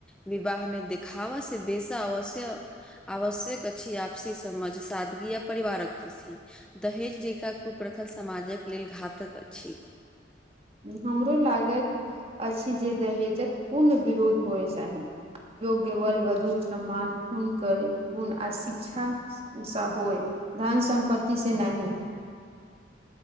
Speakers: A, in the centre; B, on the right.
A: विवाह मे देखिवा से बेसा अवश्य आवश्यक अछि आपसी समझ सादगी आ परिवारक खुशी दहेज जका कुप्रथा समाजक लेल घातक अछि
B: हमरो लागैत अछि जे दहेजक पूर्ण विरोध होय चाही योग्य बल वघु समान हुनकर गुन आ शिक्षा स होय धन सं्पति से नहि